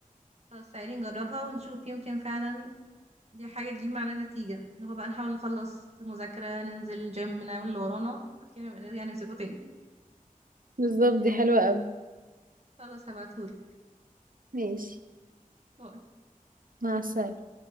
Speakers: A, on the right; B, on the right.
A: خلاص تعالي نجربها ونشوف يمكن فعلا دي حاجة تجيب معانا نتيجة اللي هو بقى نحاول نخلص مذاكرة ننزل جيم نعمل اللي ورانا بعد كده نبقى نرجع نمسكه تاني
B: بالظبط دي حلوة أوي
A: خلاص هبعتهولك
B: ماشي
A: باي.
B: مع السلامة